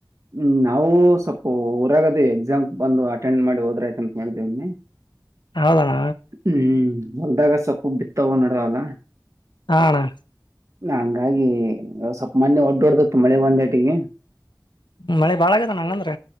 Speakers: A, on the right; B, on the left.
A: ಹ್ಮ ನಾವು ಸ್ವಲ್ಪ ಊರಾಗ ಅದಿವಿ ಎಕ್ಸಾಮ್ ಬಂದು ಅಟೆಂಡ್ ಮಾಡಿ ಹೋದ್ರ ಆಯತಂತ ಮಾಡಿದ್ದವ.
B: ಹೌದಣ್ಣ.
A: ಹ್ಮ್ ಅಂತದಾರಗ ಸ್ವಪ್ ಬಿತ್ತವ ನಡದಾವಲ್ಲ.
B: ಹಾ ಅಣ್ಣಾ
A: ನಾ ಹಂಗಾಗಿ ಸ್ವಪ ಮನ್ನೆ ಒಡ್ಡೊ ಒಡದಿತ್ತ್ ಮಳೆ ಬಂದೇಟಿಗೆ.
B: ಮಳೆ ಬಾಳ ಆಗದ ಹಂಗಂದ್ರ.